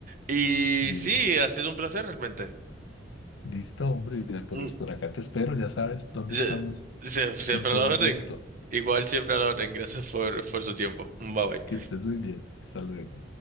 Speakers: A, on the right; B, on the left.
A: Y
B: Bien,
A: sí, ha sido un placer realmente.
B: listo, hombre. ya, Pues
A: Mm,
B: por por acá te espero, ya sabes dónde
A: se-
B: estamos.
A: se- Siempre
B: Es con todo
A: a la
B: el
A: orden.
B: gusto.
A: Igual siempre a la orden. Gracias por, por su tiempo. Bye bye.
B: Que estés muy bien. Hasta luego.